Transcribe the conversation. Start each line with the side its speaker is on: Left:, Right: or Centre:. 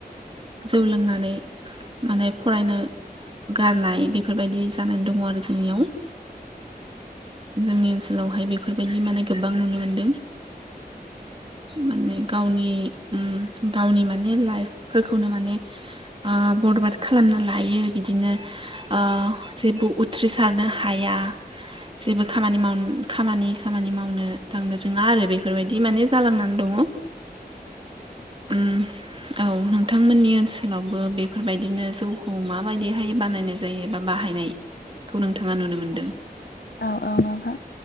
Right: जौ लोंनानै माने फरायनो। गारनाय बेफोरबायदि जानानै दङ आरो जोंनियाव। जोंनि ओनसोलावहाय बेफोरबायदि माने गोबां नुनो मोनदों। माने गावनि ओम। गावनि माने लाइफफोरखौनो माने ओ बरबाद खालामना लायो। बिदिनो ओ जेबो उथ्रिसारनो हाया। जेबो खामानि माव खामानि सामानि मावनो। थांनो रोङा आरो बेफोरबायदि माने जालांनानै दङ। ओम औ नोंथांमोननि ओनसोलावबो बेफोरबायदिनो जौ मा। माबायदिहाय बानायनाय जायो एबा बाहायनायखौ नोंथाङा नुनो मोनदों?
Left: औ औ नोंथां